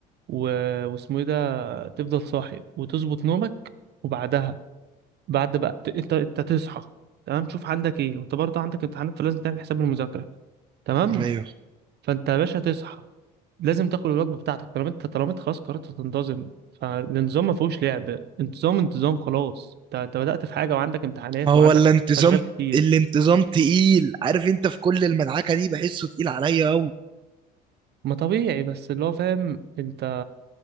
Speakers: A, on the right; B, on the right.
A: و... واسمه ايه ده تفضل صاحي وتظبط نومك وبعدها بعد بقى ت- انت انت تصحى تمام شوف عندك ايه وانت برضه عندك امتحانات فلازم تعمل حساب المذاكره تمام
B: ايوه
A: فانت يا باشا تصحى لازم تاكل الوجبه بتاعتك طالما انت طالما انت خلاص قررت تنتظم فالانتظام ما فيهوش لعب انتظام انتظام خلاص انت انت بدأت في حاجه وعندك امتحانات
B: ما هو
A: وعندك
B: ولا انتظام
A: اشغال كتير
B: الانتظام تقيل عارف انت في كل المدعكه دي بحسه تقيل عليا قوي
A: ما طبيعي بس اللي هو فاهم انت